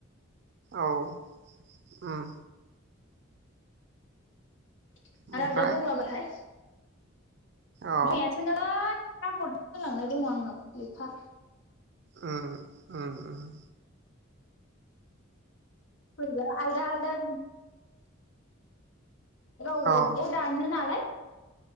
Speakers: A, on the right; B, on the left.
A: औ ओम
B: <unintelligible>
A: ओमफ्राय अ
B: बिमायासो बिराद सापद होलांनाय दङ आंनाव लेखा
A: ओम ओम ओम
B: आलदा आलदा गावबा
A: अ
B: गाव दाननो नालाय